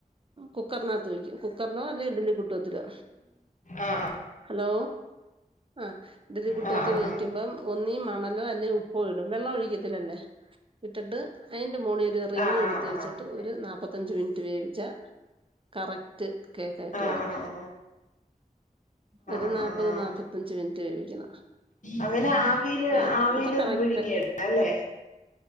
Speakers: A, on the right; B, on the left.
A: കുക്കറിനാത്ത് വെയ്ക്കും കുക്കറിനോ അല്ലേ ഇഡലികുട്ടകത്തിലോ
B: ആ
A: ഹലോ ആ ഇഡലികുട്ടകത്തി
B: ആഹ് ആഹ്
A: വെക്കുമ്പം ഒന്നീ മണലോ അല്ലേ ഉ പ്പോയിടും വെള്ളം ഒഴിക്കത്തില്ലല്ലേ ഇട്ടിട്ട് അതിന്റെ മോളിൽ ഒരുറിങ്ങും
B: ആഹ്
A: എടുത്ത്
B: ആഹ് ആഹ്
A: വെച്ചിട്ട്
B: ആഹ്
A: ഒരു നാപ്പത്തഞ്ച് മിനിറ്റ് വേവിച്ചാ കറക്റ്റ് കേക്കായിട്ടുവരും
B: ആഹ് ആഹ്
A: ഒരു
B: ആഹ്
A: നാപ്പത്
B: ആഹ്
A: നാപ്പത്തഞ്ചുമിനിറ്റ് മുട്ട ഒഴിക്കുന്ന
B: അങ്ങനെ ആവിയില്
A: ആ
B: ആവിയില്
A: അപ്പൊ കറക്റ്റ്
B: പുഴുങ്ങിയെടുക്കാം അല്ലേ